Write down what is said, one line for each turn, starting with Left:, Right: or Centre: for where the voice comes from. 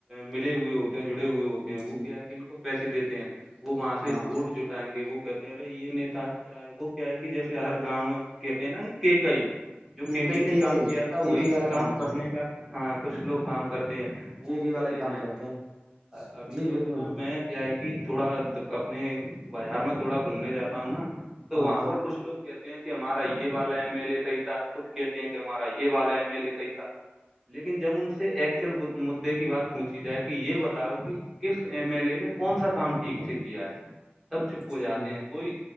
Centre: ملے ہوئے ہوتے جڑے ہوئے ہوتے ہیں وہ
Right: جی
Centre: کیا کہ ان کو پیسے دیتے ہیں وہاں سے
Right: ہاں
Centre: ووٹ جٹائیں گے وہ کہتے ہیں یہ نیتا چاہے وہ کیا ہے کہ جیسے ہر گاؤں میں کہتے ہیں نا کہ کئی جو کیکئی
Right: ہ
Centre: نے
Right: کی
Centre: کام
Right: کئی
Centre: کیا تھا
Right: کی
Centre: وہی
Right: کئی والا
Centre: کام کرنے
Right: ہے
Centre: کا ہاں کچھ لوگ کام کرتے ہیں وہ
Right: کی کئی والا
Centre: پہلے
Right: ہی
Centre: جائیں
Right: کام کرتے
Centre: گے
Right: ہیں
Centre: ابھی
Right: جی
Centre: جیسے
Right: بالکل
Centre: نا میں کیا ہے کہ تھوڑا اپنے بازار میں تھوڑا گھومنے جاتا ہوں نا تو
Right: ہاں
Centre: وہاں
Right: ہاں
Centre: پر کچھ لوگ کہتے ہیں کہ ہمارا یہ والا ایم ایل اے صحیح تھا کچھ کہتے ہیں کہ ہمارا یہ والا ایم ایل لے صحی تھا لیکن جب ان سے ایکچوئل مدے کی بات پوچھی جائے کہ یہ بت تاؤ کہ کس ایم ایل لے نے کون سا کام ٹھیک سے کیا ہے تب چپ ہو
Right: جی
Centre: جا
Right: جی
Centre: کوئی